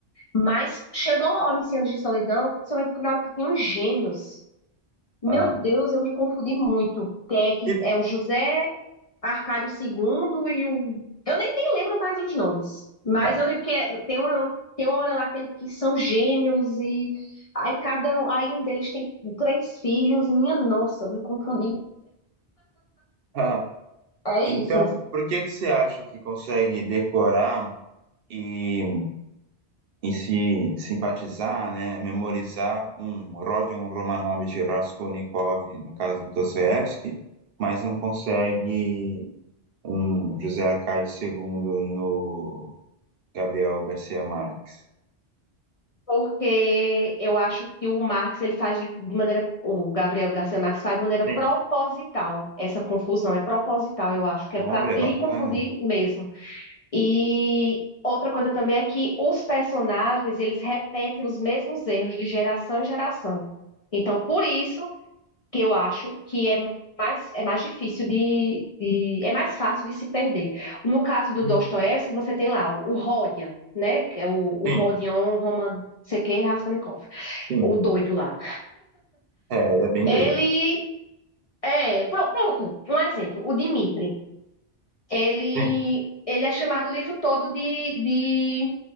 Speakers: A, on the left; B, on the right.
A: Mas chegou uma hora em Cenas de Solidão, principalmente na hora que tem os gêmeos. Meu
B: Aham.
A: Deus, eu me confundi muito. É, que
B: E
A: é o José Arcádio II e o. Eu nem, nem lembro mais os nomes. Mas
B: tá.
A: eu lembro que é- tem uma, tem uma hora lá que, que são gêmeos e aí cada um- aí um deles tem três filhos. Minha nossa, eu me confundi
B: Aham.
A: É isso.
B: Então, por que que você acha que consegue decorar e em se simpatizar, né, memorizar um Rodion Romanov de Raskolnikov, no caso do Dostoiévski, mas não consegue um José Arcade II no Gabriel Garcia Marques.
A: Porque eu acho que o Marx ele faz de de maneira, o Gabriel Garcia Marques faz de maneira
B: Sim.
A: proposital essa confusão, é proposital, eu acho, que
B: Olha,
A: é para lhe
B: bacana.
A: confundir mesmo. E outra coisa também é que os personagens, eles repetem os mesmos erros de geração em geração. Então, por isso que eu acho que é mais, é mais difícil de, de- é mais fácil de se perder. No caso do
B: Uhum.
A: Dostoiévski, você tem lá o, o Rodia, né? Que é o, o
B: Sim,
A: Rodion Roman, não sei quem, Raskolnikov,
B: sim.
A: o doido lá.
B: É, ele é bem
A: Ele
B: doido.
A: é, pro- pronto, um exemplo, o Dmitri. Ele,
B: Sim.
A: ele é chamado o livro todo de, de